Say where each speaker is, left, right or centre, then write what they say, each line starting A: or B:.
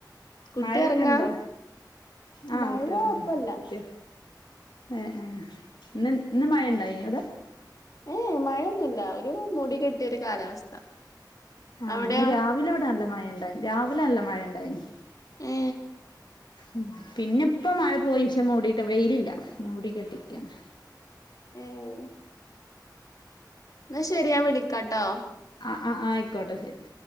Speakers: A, on the left; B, on the left.
A: കുട്ടി
B: മഴെക്കെ
A: ഒറങ്ങാ
B: ണ്ടോ ആ
A: മഴ
B: കുട്ടി ഒർങ്ങാ
A: ഇപ്പല്ല
B: കുട്ട്യാേ ഏ ഏ ഇന്ന് ന്ന് മഴണ്ടായിന്യോ അവ്ടെ
A: ഏ എ മഴെന്നുല്ല ഒരു മൂടി കെ ട്ടിയൊരു കാലാവസ്ഥ
B: ആ
A: അവിടെയോ
B: ഇന്ന് രാവിലെ ഇവിടെ നല്ല മഴ ണ്ടായി രാവിലെ നല്ല മഴണ്ടായീന്
A: ഏ
B: ഉം പിന്നെ ഇപ്പ മഴ പോയി പക്ഷെ മൂടിട്ട വെയിലില്ല മൂടി കെട്ടിക്കണ്
A: ഏഹ് എന്നാ ശെരിയാ വിളിക്കാട്ടോ
B: അ ആഹ് ആയിക്കോട്ടെ ശരി.